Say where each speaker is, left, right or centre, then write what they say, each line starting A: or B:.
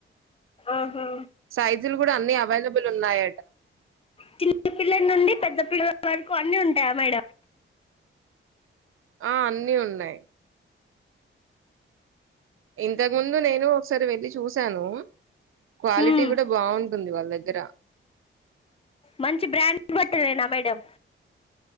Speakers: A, on the left; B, on the right.
A: ఆహా
B: సైజులు కూడా అన్నీ అవైలబుల్ ఉన్నాయ
A: చిన్న పిల్లల నుండి పెద్ద పిల్లల్ వరక్ కొన్నీ ఉంటాయా మేడం.
B: ఆ అన్నీ ఉన్నాయి. ఇంతకు ముందు నేనూ ఒకసారి వెళ్ళి చూసానూ. క్వాలిటీ
A: మ్మ్.
B: కూడా బాగుంటుంది వాళ్ దగ్ గ్గరా
A: మంచి బ్రాండ్ బట్టలేనా మేడం.